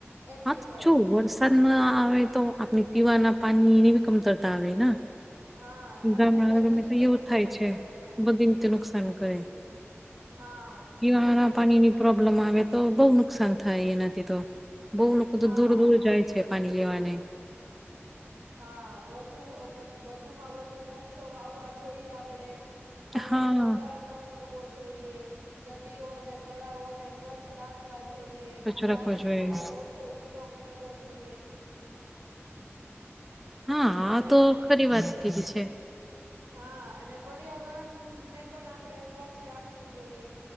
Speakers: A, on the right; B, in the centre.
A: એમ
B: આ
A: કહેવાય
B: તો જો
A: છે
B: વરસાદ ન આવે તો આપણે પીવાના પાણી ની કમતરતા આવે ના
A: હા
B: ગમ
A: આપને બધી
B: ગમે
A: રીતે
B: તો એવું
A: નુકસાન
B: થાય છે,
A: કરે એમ
B: બધી રીતે નુકસાન કરે
A: હા
B: પીવા
A: પછી
B: ના પાણીની પ્રોબ્લેમ આવે તો બઉ ન નુકસાન થાય એના તો બહુ લોકો
A: હા
B: તો દૂર દૂર જાય છે, પાણી લેવાને
A: હા, વધુ પછી, વધુમાં વધુ વૃક્ષો વાવવા જોઈએ આપડે પાણી,
B: હા
A: નો બગાડ ન કરવો જોઈએ, નદીઓ અને તળાવોને સ્વચ્છ રાખવા જોઈએ
B: કચરો
A: પ્લાસ્ટિકો
B: રાખવો જોઈએ
A: નો, ઓછો ઉપયોગ કરવો જોઈએ
B: હા,
A: અને
B: આ તો ખરી વાત કીધી છે.
A: હા, અને પર્યાવરણનને પણ આપણે સ્વચ્છ રાખવું જોઈએ